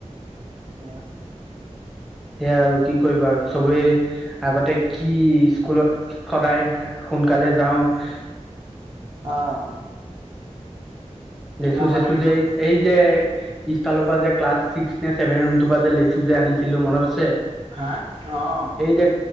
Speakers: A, on the right (about 45°); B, in the centre.
A: এইয়া।
B: সেয়া আৰু কি কৰিবা আৰু! চবৰে, আগতে কি স্কুলত সদায়, সোনকালে যাওঁ।
A: অ'! কি
B: <unintelligible>
A: মজা লাগে ন?
B: এই যে, পিছালৰ পৰা যে, ক্লাছ চিক্স নে ছেভেন ৰুমটোৰ পৰা যে, লেচু যে, আনিছিলোঁ, মনত আছে?
A: হাঁ, অ'!
B: এই যে